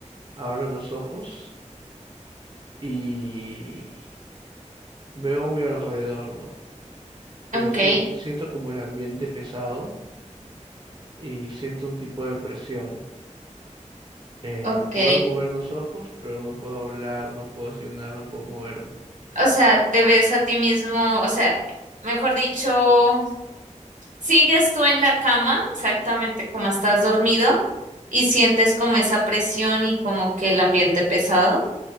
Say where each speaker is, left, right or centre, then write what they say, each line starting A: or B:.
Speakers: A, on the right; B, on the right.
A: abro los ojos y veo a mi alrededor, ¿no? pero
B: ok,
A: sien- siento como el ambiente pesado y siento un tipo de presión. Eh,
B: ok.
A: puedo mover los ojos, pero no puedo hablar, no puedo decir nada, no puedo moverme.
B: O sea, te ves a ti mismo, o sea, mejor dicho, sigues tú en la cama exactamente como estás dormido y sientes como esa presión y como que el ambiente pesado.